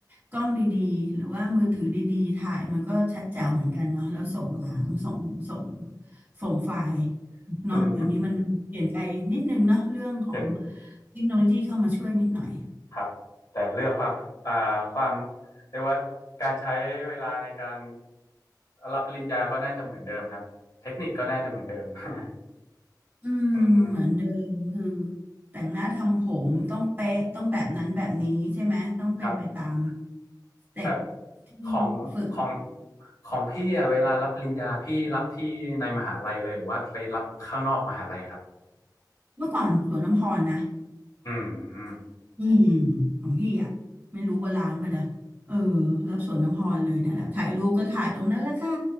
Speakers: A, on the right; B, on the left.
A: กล้องดีๆหรือว่ามือถือดีๆถ่ายมันก็ชัดแจ๋วเหมือนกันเนาะแล้วส่งหลังส่งส่งส่งไฟล์เนาะเดี๋ยวนี้มันเปลี่ยนไปนิดนึงเนาะเรื่องของ
B: <laughs> อืมเป็น
A: เทคโนโลยีเข้ามาช่วยนิดหน่อย
B: ครับแต่เรื่องความอ่าความเรียกว่าการใช้เวลาในการรับปริญญาก็น่าจะเหมือนเดิมครับเทคนิคก็น่าจะเหมือนเดิม <laughs>
A: อืมเหมือนเดิมคือ
B: อืม
A: แต่งหน้าทำผมต้องเป๊ะต้องแบบนั้นแบบนี้ใช่ไหมต้องเป็นไปตาม
B: ครับ
A: สเต็ป
B: แบบ
A: ที่
B: ของของ
A: ฝึก
B: ของพี่อะเวลารับปริญญาพี่รับที่ในมหาลัยเลยหรือว่าไปรับข้างนอกมหาลัยครับ
A: เมื่อก่อนสวนลำพรนะ
B: อืมอืม
A: อืมของพี่อ่ะไม่รู้โบราณป่ะนะเออรับสวนน้ำพรเลยนั่นแหละถ่ายรูปก็ถ่ายตรงนั้นแหละค่ะ